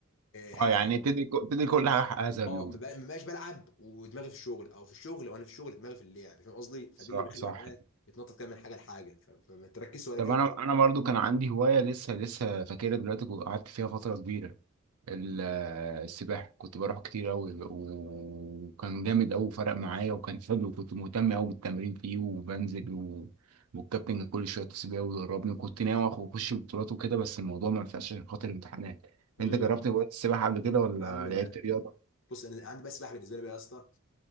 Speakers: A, on the left; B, on the right.
A: هلعب
B: اه يعني تدي كو- تدي كل حاجه حقها زي ما
A: اه
B: بيقولوا
A: ما بقى- ما بقاش بلعب ودماغي في الشغل او في الشغل وانا في الشغل دماغي في اللعب فاهم قصدي فدي
B: صح
A: اللي بيخلي
B: صح
A: الواحد ايه يتنطط كده من حاجه لحاجه ف- فما تركزش ولا
B: طب
A: كده
B: انا انا برضو كان عندي هوايه لسه لسه فاكرها دلوقتي كو- قعدت فيها فتره كبيره ال- آه، السباحه كنت بروح كتير قوي وكان جامد قوي فرق معايا وكان حلو وكنت مهتم قوي بالتمرين فيه وبنزل و... والكابتن كان كل شويه يتصل بيا ويدربني وكنت ناوي آخد- اخش بطولات وكده بس الموضوع ما ينفعش عشان خاطر امتحانات
A: امم
B: انت جربت هوايه السباحه قبل كده ولا
A: يا عم
B: لعبت
A: ده
B: رياضه
A: بص انا عندي بقى سباحه بالنسبه لي بقى يا اسطى